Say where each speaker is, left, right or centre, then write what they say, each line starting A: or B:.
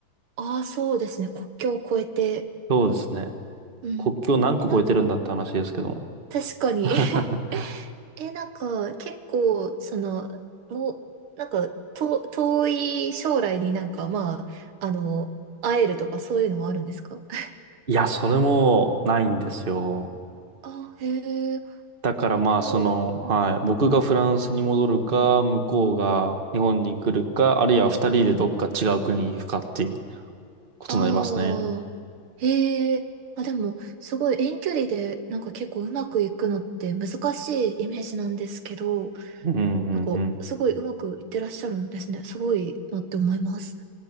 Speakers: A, on the right; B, on the right.
A: ああ、そうですね。国境を越えて。
B: そうですね。
A: うん。
B: 国境何個超えてるんだって話ですけども。
A: え、な、確かに。
B: <laughs>
A: <laughs> え、なんか、結構、その、もう、なんか、と、遠い将来になんか、まあ、あの、会えるとかそういうのはあるんですか <laughs>
B: いや、それもないんですよ。
A: あへえ。
B: だからまあ、
A: でも、
B: その、
A: うん
B: はい、僕がフランスに戻るか、向こうが日本に来るか、あるいは二人でどっか違う国に行くかっていうことになりますね。
A: ああ、へえ。あ、でも、すごい遠距離で、なんか結構うまくいくのって難しいイメージなんですけど、
B: うんうんうん。
A: なんかすごいうまくいってらっしゃるんですね。すごいなって思います。